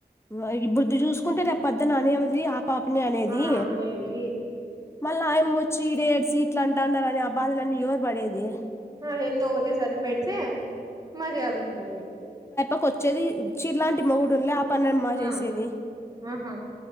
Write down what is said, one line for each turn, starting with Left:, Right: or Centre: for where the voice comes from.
Left: వాయ్ ఇప్పుడిది చూసుకుంటే రేప్ పొద్దన అనేవ్ ది ఆప్ ఆ పాప నే అనేది
Right: ఆ అనేది
Left: మళ్ళీ ఆయమ్ వచ్చి ఇడే ఏడ్సీ ఇట్లు అంటాన్నారని ని ఆ బాధలన్నీ ఎవర్ పడేది
Right: ఆది ఏందో ఓకటే సారీ పెడితే మర్యాద ఉంటుంది
Left: కి వచ్చేది చ్చిలాంటి మోగుడు ఉండలే పన్నమ్మా చేసేది
Right: ఆ ఆహా